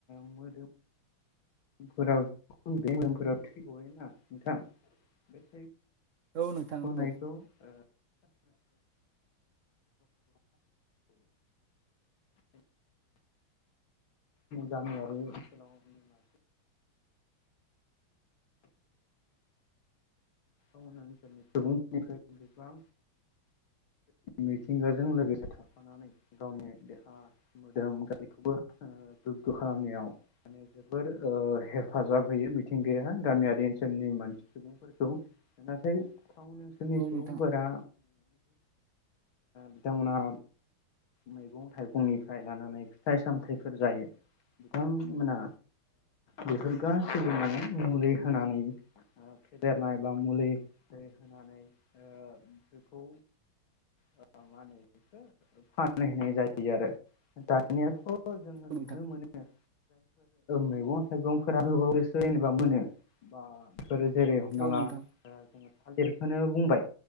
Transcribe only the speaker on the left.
मोदोम फोराव खुननि जायोब्ला बेफोराव थै गयोना नोंथां बे थै
गनायखौ
ओं <unintelligible> गामियारि ओनसोलनि बागै ओनसोलनि सुबुंफोरनिफ्राय गोबां मिथिंगाजों लोगोसे थाफानानै गावनि देहा मोदोम गासैखौबो गोग्गो खालामनायाव माने जोबोर हेफाजाब होयो मिथिंगा। गामियारि ओनसोलनि मानसि सुबुंफोरखौ नाथाय टाउन ओनसोलनि
सुबुंफोरा
बिथांमोनहा मैगं- थाइगंनिफ्राय लानानै फिथाइ -सामथायाइफोर जायो बिथांमोना बेफोर गाससिबो माने मुलि होनानै फेदेरनाय बा मुलि होनानै बेखौ मा होनो फानहैनाय जायो। आरो दानियाथ' जोङो
नुनो
मोनो जाय मैगं थाइगंफोरा मोनो बा जेरै हमना
ला
जोङो थालिरखौनो बुंबाय